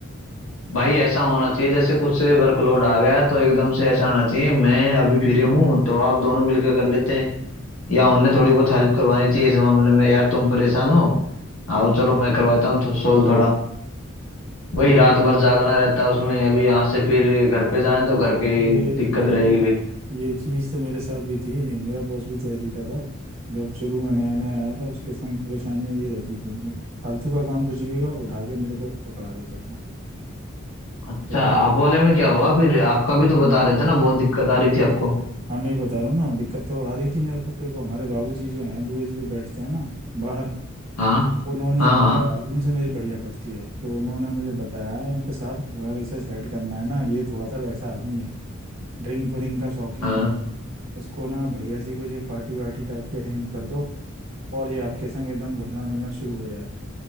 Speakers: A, on the left; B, on the right.
A: भाई ऐसा होना चाहिए जैसे कुछ से वर्कलोड आ गया तो एकदम से ऐसा होना चाहिए मैं अभी फ्री हूँ तो आप दोनों मिलकर कर लेते हैं या उन्हें थोड़ी बहुत हेल्प करवानी चाहिए इस मामले में यार तुम परेशान हो आओ चलो मैं करवाता हूँ थो, सोल्व थोड़ा वही
B: ये
A: रात भर जागना रहता है उसमें अभी यहाँ से फिर घर पे जाए तो घर की
B: ये
A: दिक्कत
B: ये
A: रहेगी फिर
B: ये चीज़ तो मेरे साथ भी थी मेरा बॉस भी तो ऐसी था साहब जब शुरू में नया नया आया था उसके संग परेशानियां ये रहती थी फालतू का काम कुछ भी हुआ उठा के मेरे को पकड़ा देता था
A: अच्छा
B: फिर हम
A: आप वाले में क्या हुआ फिर आपका भी तो
B: मैं-
A: बता रहे थे ना बहुत दिक्कत आ रही थी आपको
B: हाँ मैं बता रहा हूँ ना दिक्कत तो आ रही थी मेरे को फिर वो हमारे बाबूजी जो हैं दुबे जी जो बैठते हैं ना बाहर
A: हाँ
B: उन्होंने
A: हाँ
B: ही बताया
A: हाँ
B: उनसे मेरी बढ़िया पटती है तो उन्होंने मुझे बताया है कि साहब अगर इसे सेट करना है ना ये थोड़ा सा वैसा आदमी है ड्रिंक व्रिंक का शौकीन
A: हाँ
B: है इसको ना बढ़िया सी कुछ एक पार्टी वार्टी टाइप की अरेंज कर दो और ये आपके संग एकदम घुलना मिलना शुरू हो जाएगा